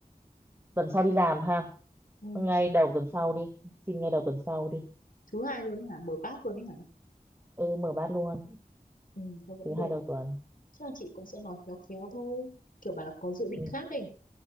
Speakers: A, on the right (about 15°); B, on the left (about 70°).
A: tuần sau đi làm ha
B: ừ.
A: ngay đầu tuần sau đi xin ngay đầu tuần sau đi
B: thứ hai luôn ấy hả mở bát luôn ấy hả
A: ừ mở bát luôn
B: ừ thôi vẫn
A: thứ
B: được
A: hai đầu tuần
B: chắc là chị cũng sẽ nói khéo khéo thôi kiểu bà là có dự định
A: ừ,
B: khác ấy